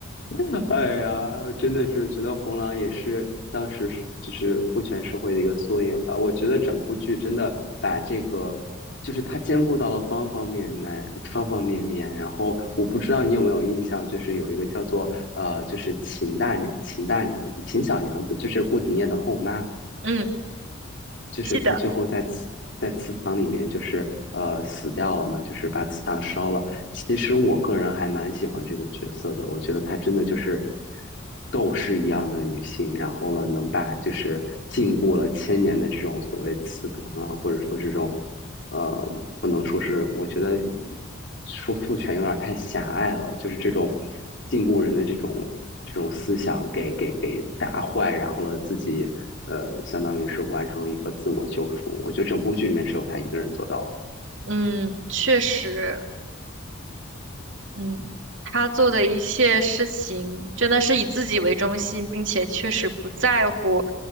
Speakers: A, on the left (about 60°); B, on the right (about 60°).
A: <laughs> 哎呀，真的是觉得红狼也是当时是就是父权社会的一个缩影吧。我觉得整部剧真的把这个，就是它兼顾到了方方面面、方方面面。然后我不知道你有没有印象，就是有一个叫做呃，就是秦大娘、秦大娘、秦小娘子，就是顾廷烨的后妈。
B: 嗯，
A: 就是他最后在祠在祠堂里面，
B: 记得，
A: 就是呃死掉了嘛，就是把祠堂烧了。其实我个人还蛮喜欢这个角色的，我觉得她真的就是斗士一样的女性，然后呢，能把就是禁锢了千年的这种所谓祠堂啊，或者说这种。呃，不能说是，我觉得说父权有点太狭隘了，就是这种禁锢人的这种这种思想给给给砸坏，然后了自己呃，相当于是完成了一个自我救赎。我觉得整部剧里面只有他一个人做到了。
B: 嗯，确实。嗯，他做的一切事情真的是以自己为中心，并且确实不在乎